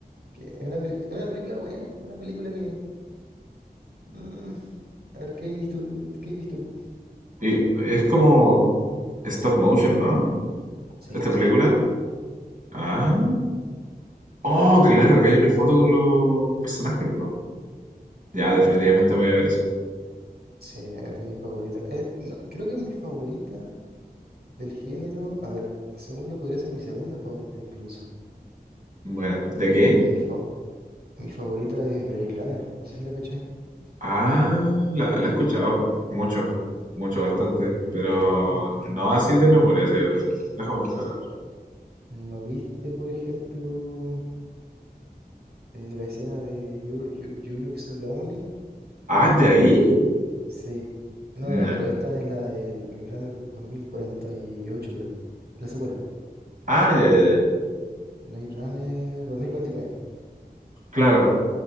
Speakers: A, on the right (about 85°); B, on the right (about 55°).
A: Que es una, peli- es una película buena, es una película que... mm, a ver, ¿qué has visto tú? ¿Qué has visto tú?
B: Y es como stop motion, ¿no?
A: Sí,
B: Esta
A: sí.
B: película. Ah. Oh, claro,
A: Mm.
B: que hay una foto con los personajes, po. Ya, definitivamente voy a ver eso.
A: Sí, es de mis favoritas. Eh, no, creo que es mi favorita del género. A ver, según yo podría ser mi segunda favorita incluso.
B: Bueno,
A: Porque
B: ¿de qué?
A: el- mi, fa- mi favorita es Blade Runner. No sé si la cachai.
B: Ah, la, la he escuchado mucho, mucho, bastante, pero
A: Mm,
B: no así de memoria. sí a ver, déjame buscar. a ver.
A: ¿no viste, por ejemplo, eh, la escena de you, You- You Look So Lonely?
B: Ah, ¿de ahí?
A: Sí. No,
B: Nah.
A: no, no, pero esta es la del Blade Runner 2048, creo. La secuela.
B: Ah, ya, ya, ya.
A: Blade Runner 2049.
B: Claro.